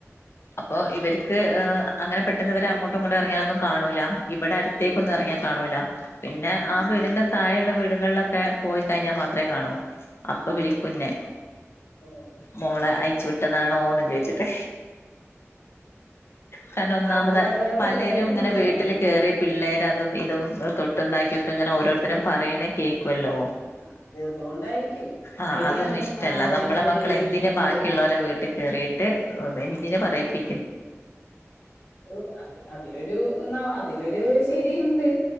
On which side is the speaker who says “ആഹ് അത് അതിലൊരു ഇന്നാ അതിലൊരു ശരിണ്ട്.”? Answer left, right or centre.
Left